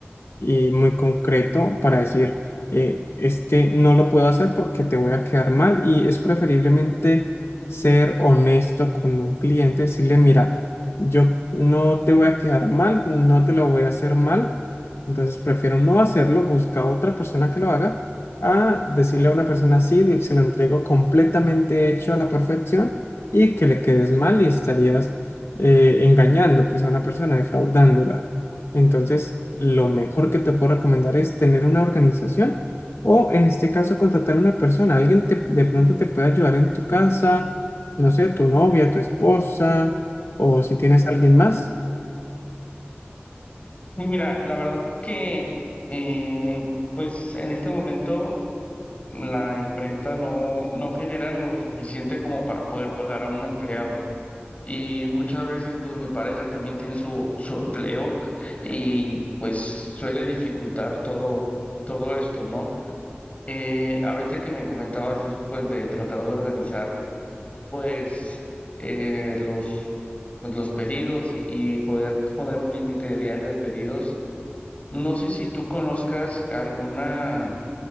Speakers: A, on the left; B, on the left.
A: y muy concreto para decir, eh, este no lo puedo hacer porque te voy a quedar mal y es preferiblemente ser honesto con un cliente, decirle, mira, yo no te voy a quedar mal, no te lo voy a hacer mal, entonces prefiero no hacerlo, busca otra persona que lo haga, a decirle a una persona así, se lo entrego completamente hecho a la perfección y que le quedes mal y estarías eh, engañando pues a una persona, defraudándola. Entonces, lo mejor que te puedo recomendar es tener una organización o en este caso contratar a una persona. Alguien te- de pronto te puede ayudar en tu casa, no sé, tu novia, tu esposa o si tienes alguien más.
B: Y mira, la verdad es que eh, pues en este momento la imprenta no, no genera lo suficiente como para poder pagar a un empleado. Y muchas veces, pues mi pareja también tiene su, su empleo y pues suele dificultar todo, todo esto, ¿no? Eh, ahorita que me comentabas eso, pues de tratar de organizar, pues eh, los, pues, los pedidos y, y poder poner un límite diario de pedidos. No sé si tú conozcas alguna